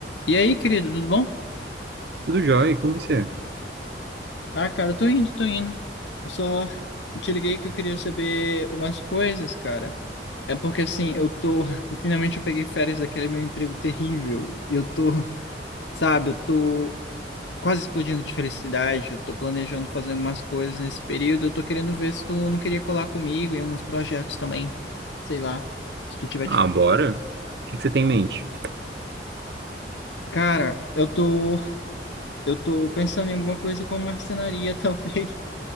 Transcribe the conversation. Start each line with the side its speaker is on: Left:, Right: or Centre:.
Left: E aí, querido, tudo bom?
Right: Tudo jóia, e com você?
Left: Ah, cara, eu tô indo, tô indo. Eu só te liguei que eu queria saber umas coisas, cara. É porque assim, eu tô. <laughs> Finalmente eu peguei férias daquele meu emprego terrível. E eu tô, sabe, eu tô quase explodindo de felicidade. Eu tô planejando fazer algumas coisas nesse período. Eu tô querendo ver se tu não queria colar comigo em alguns projetos também. Sei lá, se tu tiver.
Right: Ah,
Left: de
Right: bora. O que que você tem em mente?
Left: Cara, eu tô. Eu tô pensando em alguma coisa com marcenaria, <laughs> talvez.